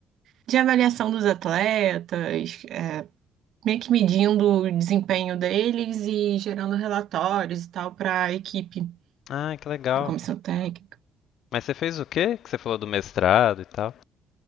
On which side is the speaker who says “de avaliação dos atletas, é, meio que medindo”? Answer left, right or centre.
Right